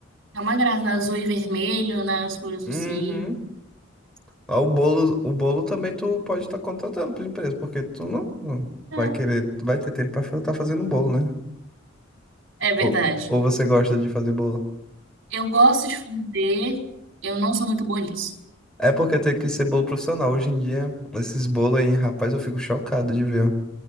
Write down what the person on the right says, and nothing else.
É uma graça, né? azul e vermelho, né? As cores do
si.
É,
é verdade.
Eu gosto de fazer, eu não sou muito boa nisso.